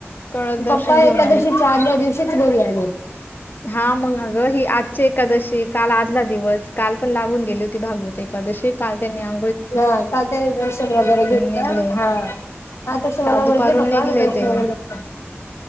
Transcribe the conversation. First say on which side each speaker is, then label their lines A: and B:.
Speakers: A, on the left; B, on the left.
A: कळस
B: ही पप्पा
A: दर्शन घेऊन
B: एकादशीच्या
A: आले
B: आदल्या दिवशीच घरी आले होते.
A: हा मगं अगं ही आजची एकादशी, काल आदला दिवस काल पण लागून गेली होती भागवत एकादशी, काल त्यांनी आ
B: हा काल त्यांनी दर्शन वगैरे घेतलं,
A: निघले
B: हा. हा तशे मला
A: काल
B: म्हटले
A: दुपारून
B: पप्पा
A: निघले
B: मी दर्शन
A: ते
B: वैगेरे घेतलं,